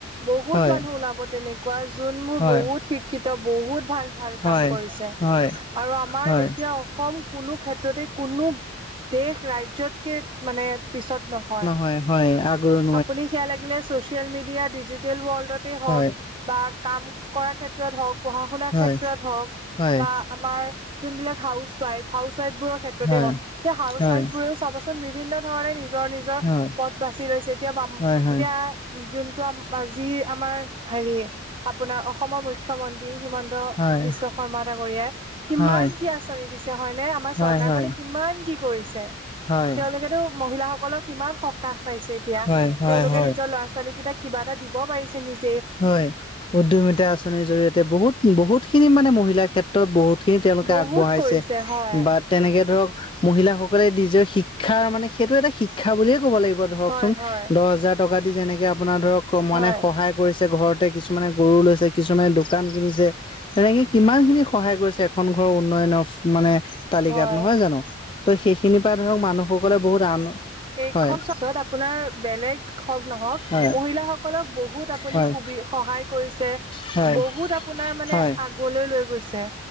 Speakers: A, on the right; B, on the left.
A: বহুত
B: হয়
A: মানুহ ওলাব তেনে- কোৱা যোন মোৰ
B: হয়
A: বহুত শিক্ষিত বহুত ভাল- ভাল
B: হয়
A: কাম কৰিছে
B: হয়
A: আৰু আমাৰ
B: হয়
A: এতিয়া অসম- কোনো ক্ষেত্ৰতে কোনো দেশ ৰাজ্যতকৈ মানে পিছত নহয়।
B: হয় হয় আগৰণ-
A: আপুনি সেয়া লাগিলে ছচিয়েল মিডিয়া ডিজিটেল ৱৰ্ল্ডতে হওক-
B: হয়
A: বা কাম কৰাৰ ক্ষেত্ৰত হওঁক পঢ়া শুনাৰ
B: হয়
A: ক্ষেত্ৰত হওঁক-
B: হয়
A: বা আমাৰ যোনবিলাক হাউচ ৱাইফ হাউচ ৱাইফবোৰৰ ক্ষেত্ৰতে
B: হয়
A: হওক। স হাউচ
B: হয়
A: ৱাইফ বোৰেও চাব - চ বিভিন্ন ধৰণে নিজৰ নিজৰ
B: হয়
A: পথ বাছি লৈছে এতিয়া বাম
B: হয় হয়
A: এতিয়া- যোনটো আম আজি আমাৰ হেৰি আপোনাৰ অসমৰ মু- মন্ত্ৰী হিমন্ত
B: হয়
A: বিশ্ব শৰ্মা ডাঙৰীয়াই- কিমান
B: হয়
A: কি আঁচনি দিছে হয়নে আমাৰ
B: হয়
A: চৰকাৰখনে
B: হয় হয়
A: কিমান কি কৰিছে।
B: হয়
A: তেওঁলোকেতো মহিলাসকলক- কিমান সকাহ পাইছে এতিয়া
B: হয় হয়
A: তেওঁলোকে
B: হয়।
A: নিজৰ ল'ৰা ছোৱালী কেইটাক কিবা এটা দিব পাৰিছে নিজ-
B: হয় উদোমিতা আঁচনিৰ জৰিয়তে বহুত বহুত খিনি মানে মহিলা ক্ষেত্ৰ- ক্ষেত্ৰত বহুতখিনি তেওঁলোকে
A: বহুত
B: আগবঢ়াইছে
A: কৰিছে হয়
B: বাত - তেনেকে ধৰক, মহিলাসকলে নিজৰ শিক্ষাৰ মানে, সেইটো এটা, শিক্ষা বুলিয়ে ক'ব লাগিব। ধৰকচোন,
A: হয় হয়
B: দহ হাজাৰ টকা দি, যেনেকে আপোনাৰ ধৰক, মানে,
A: হয়
B: সহায় কৰিছে। ঘৰতে কিছুমানে, গৰু লৈছে। কিছুমানে, দোকান কিনিছে। তেনেকে, কিমান খিনি সহায় কৰিছে, এখন ঘৰৰ উন্নয়নৰ মানে, তালিকাত
A: হয়
B: নহয়, জানোঁ? ত' সেইখিনিৰ পৰা ধৰক, মানুহসকলে বহুত আন
A: এই,
B: হয়
A: <unintelligible> আপোনাৰ, বেলেগ হওঁক, নহওঁক
B: হয়
A: মহিলাসকলক, বহুত আপুনি
B: হয়
A: সুবি, সহায় কৰিছে।
B: হয়
A: বহুত আপোনাৰ মানে,
B: হয়
A: আগলৈ লৈ গৈছে।